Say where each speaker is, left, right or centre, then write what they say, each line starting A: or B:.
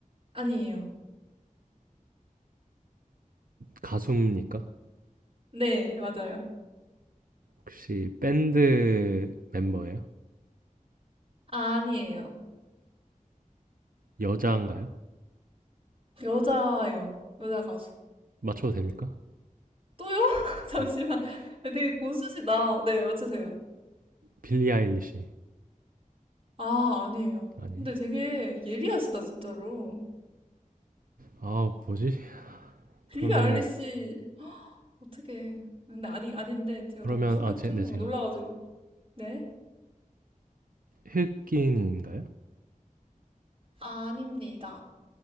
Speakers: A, on the right; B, on the right.
A: 아니에요.
B: 가수입니까?
A: 네 맞아요.
B: 혹시 밴드 멤버예요?
A: 아, 아니에요.
B: 여자인가요?
A: 여자예요. 여자 가수.
B: 맞춰도 됩니까?
A: 또요? <laughs> 잠시만.
B: 네.
A: 되게 고수시다. 네 어쩌세요?
B: 빌리 아일리시
A: 아 아니에요.
B: 아니에요?
A: 근데 되게 예리하시다 진짜로.
B: 아, 뭐지?
A: 빌리
B: 그러면은
A: 아일리시 어떻게? 근데 아니 아닌데 제가
B: 그러면
A: 너무 충격
B: 아, 제,
A: 충격
B: 네, 제가
A: 놀라가지고 네
B: 흑인인가요?
A: 아닙니다.